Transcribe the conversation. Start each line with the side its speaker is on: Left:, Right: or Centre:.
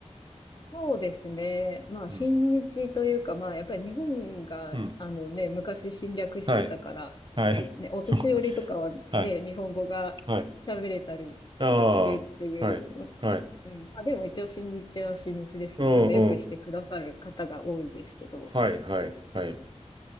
Left: そうですね。まあ親日というか、
Right: うん。
Left: まあやっぱり日本が、
Right: うん。
Left: あのね、昔侵略してたから、
Right: はい。はい。
Left: ね、お年寄りとかはね、
Right: <laughs> はい。
Left: 日本語が喋れたりえーするっていう
Right: はいああ、はい、はい。
Left: うん。まあでも一応新日は新日ですね。
Right: うんうん。
Left: なんかよくしてくださる方が多いですけど。
Right: はい、はい、はい。